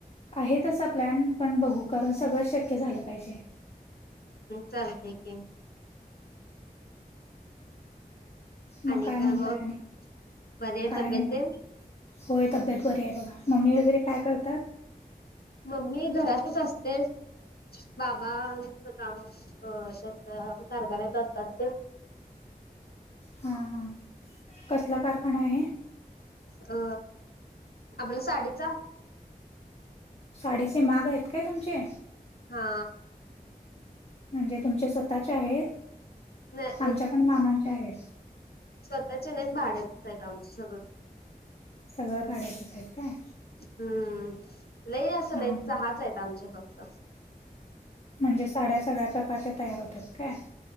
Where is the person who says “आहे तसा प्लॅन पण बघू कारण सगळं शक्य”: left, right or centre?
Left